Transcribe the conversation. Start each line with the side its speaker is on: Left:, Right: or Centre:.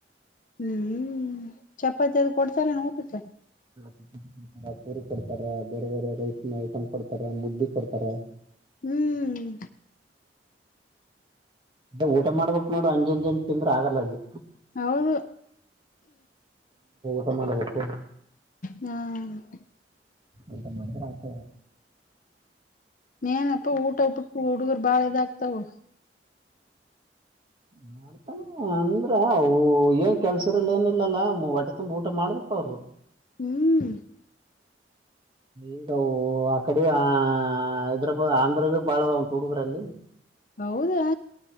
Left: ಹ್ಮ್ ಚಪಾತಿ ಅ ಕೊಡ್ತಾರೆ ನ ತ ಸ
Right: ಕೊಡ್ತಾರ ಪೂರಿ ಕೊಡ್ತಾರ ಬೇರೆ ಬೇರೆ ರೈಸ್ ಐಟಮ್ ಕೊಡ್ತಾರ ಮುದ್ದಿ ಕೊಡ್ತಾರ
Left: ಹ್ಮ್
Right: ಅ ಊಟ ಮಾಡ್ಬೇಕಕ್ ನೋಡು ಅಂಜಂಜ ಜನ್ ತಿಂದ್ರರು ಆಗಲ್ಲ ಅಲ್ಲಿ
Left: ಅವರು
Right: ಪ್ಪ ಮಾಡಬೇಕು
Left: ಹ
Right: ಎಂತ ಮಾಡಿದ್ರೆ ಆತ
Left: ಏನಪ್ಪಾ ಊಟ ಬಿಟ್ಟು ಹುಡುಗರ್ ಬಾಳ ಇದಾಗ್ತಾವ
Right: ಮಾಡ್ತಾನ ಅಂದ್ರ ಅವು ಏನ್ ಕೆಲ್ಸರಲ್ಲ ಏನಿಲ್ಲಲ್ಲ ಒಟ್ಟ ತುಂಬ ಊಟ ಮಾಡ್ಬೇಕ ಅವರು
Left: ಹ್ಮ್
Right: ಈಗ ಆ ಕಡೆ ಆ ಹೈದ್ರಾಬಾದ್ ಆಂಧ್ರದ ಬಾಳ ಒಂದು ಹುಡುಗರಲ್ಲಿ
Left: ಹೌದಾ